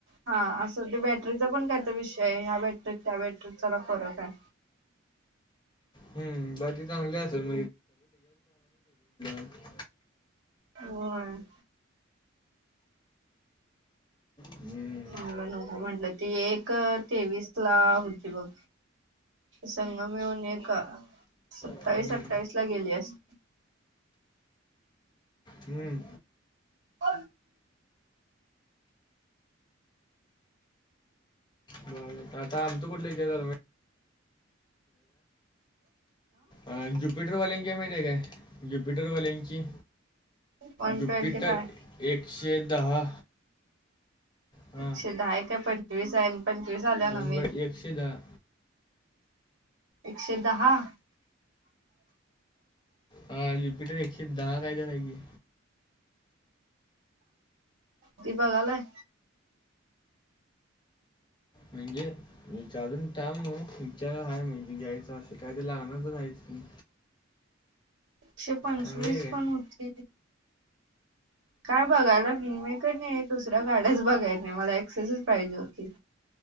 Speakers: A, on the right; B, on the left.
A: हा. असं ते बॅटरीचा पण काय त विषय आहे. ह्या बॅटरीत त्या बॅटरीत जरा फरक आहे.
B: हम्. बाकी चांगली असेल <unintelligible>
A: होय.
B: हम्म,
A: मला नको म्हटलं. ती एक तेवीस ला होती बघ. संग मिळून एक सत्तावीस
B: हम्म,
A: अठ्ठावीस ला गेली अस-
B: हम्म.
A: अ
B: बर आता आमच कुठल ए गव्हर्मेंट? अ ज्युपिटरवाल्यांची माहितीय काय? ज्युपिटरवाल्यांची?
A: वन
B: जुपिटर
A: ट्वेंटी फाय
B: एकशे दहा. हां
A: एकशे दहाय काय पंचवीस आहे? न पंचवीस आल्या
B: वन
A: नवीन.
B: बाय एकशे दहा.
A: एकशे दहा?
B: हा. ज्युपिटर एकशे दहा <unintelligible>
A: तू बघालाय.
B: म्हंजे? विचारून टाम मग. विचाराला हय म्हणजे घ्यायचं असं काय तर लागणार तर आहेच की.
A: एकशे पंचवीस
B: चांगली आहे काय
A: पण होती. काय बघायला? मी म का नाही दुसऱ्या गाड्याच बघायला नाही. मला एक्सेसच पाहिजे होती.